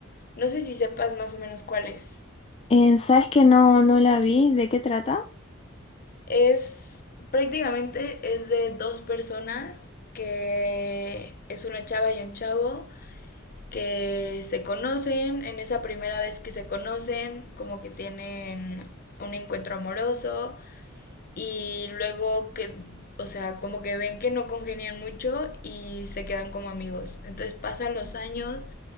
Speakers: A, on the left; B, on the left.
A: No sé si sepas más o menos cuál es.
B: Eh, ¿sabes que no, no la vi? ¿De qué trata?
A: Es prácticamente es de dos personas que es una chava y un chavo que se conocen, en esa primera vez que se conocen, como que tienen un encuentro amoroso y luego que, o sea, como que ven que no congenian mucho y se quedan como amigos. Entonces pasan los años